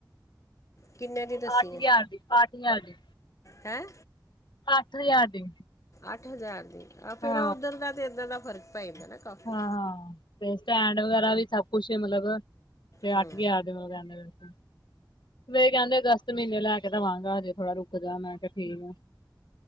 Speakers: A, on the left; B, on the left.
A: ਕੇਨੇ ਦੀ ਦੱੱਸੀ
B: ਅੱਠ ਹਜ਼ਾਰ
A: ਐ,
B: ਦੀ ਅੱਠ ਹਜ਼ਾਰ ਦੀ
A: ਹੈਂ?
B: ਅੱਠ ਹਜ਼ਾਰ ਦੀ।
A: ਅੱਠ ਹਜ਼ਾਰ ਦੀ ਆ ਫੇਰ
B: ਹਾਂ
A: ਓ ਦਾ ਤੇ ਏਦਾਂ ਦਾ ਫ਼ਰਕ ਪਏਗਾ ਨਾ ਕਾਫੀ
B: ਹਾਂ-ਹਾਂ ਤੇ ਸਟੈਂਡ ਵਗੈਰਾ ਵੀ ਸਭ ਕੁਛ ਮਲਬ ਤੇ
A: ਹੂੰ
B: ਅੱਠ ਹਜ਼ਾਰ ਦੇ <unintelligible> ਵੇ ਕੈਂਦੇ ਅਗਸਤ ਮੀਨੇ ਲੈ ਕੇ ਦੇਵਾਂਗਾ ਹਜੇ ਥੋੜਾ ਰੁਕ ਜਾ ਮੈਂ ਕੇਆ ਠੀਕ ਆ।